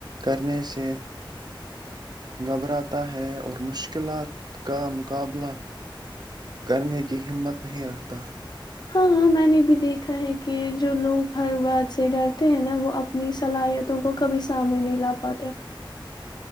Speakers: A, on the right (about 55°); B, on the left (about 55°).
A: کرنے سے گھبراتا ہے اور مشکلات کا مقابلہ کرنے کی ہمت نہیں رکھتا
B: ہاںاں میں نے بھی دیکھا ہے کہ جو لوگ ہر بات سے ڈرتے ہیں نا وہ اپنی صلاحیتوں کو کبھی سامنے نہیں لا پ پات ہیں